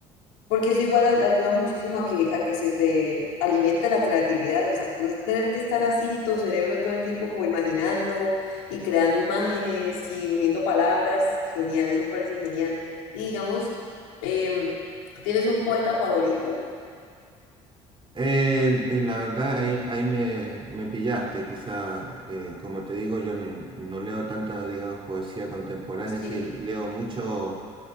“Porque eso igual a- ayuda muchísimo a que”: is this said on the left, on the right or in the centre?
Left